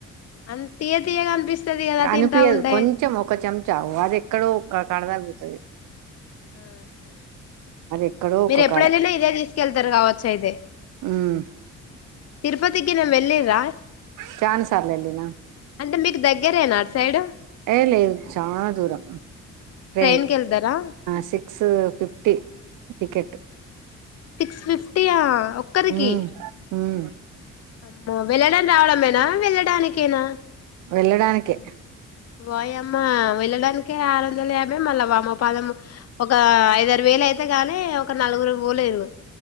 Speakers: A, on the left; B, on the right.
A: అంత తీయ తీయగా అనిపిస్తది కదా తింటా
B: అనిపియదు
A: ఉంటే
B: కొంచెం ఒక చెంచా అది ఎక్కడో ఒక కాడ వత్తాది
A: అహ
B: ఎక్కడో
A: మీరు
B: ఒక
A: ఎప్పుడు
B: కాడ
A: వెళ్ళిన ఇదే తీసుకెళ్తారు కావచ్చు అయితే
B: ఉమ్
A: తిరుపతికిగిన వెళ్ళిరా
B: చానా సార్లు వెళ్లిన
A: అంటే మీకు దగ్గరేనా అటు సైడ్
B: ఏ లేదు చానదురం ట్రెన్
A: ట్రైన్ కి వెళ్తారా
B: సిక్స్ ఫిఫ్టీ టికెట్
A: సిక్స్ ఫిఫ్టీయా ఒక్కరికి
B: మ్మ్ మ్మ్
A: అమ్మో వెళ్లడా రావడమేనా వెళ్ళడానికేనా
B: వెళ్ళడానికి
A: ఓయమ్మా వెళ్ళడానికి ఆరు వందల యా మేం మల్ల వామ పాదం ఒక ఐద వేలు అయితే గానీ ఒక నలుగురు పోలేదు